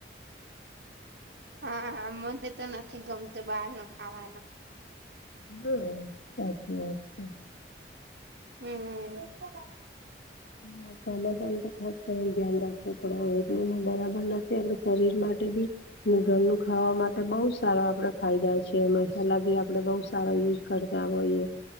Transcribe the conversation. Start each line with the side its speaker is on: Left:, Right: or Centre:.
Right: હા મને તો નથી ગમતું બહાર નુ ખાવાનું
Left: હમ્મ સાચી વાત છે.
Right: હમ્મ. <inaudible>
Left: માસવામ તો ખાસ કરી ધ્યાન રાખવું પડે એટલું ને બરાબર નથી તે આપણા શરીર માટે બી ઘરનું ખાવા માટે બહુ સારા આપડે ફાયદા છે મસાલા ભી આપડે બઉ સારા યુઝ કરતા હોઈએ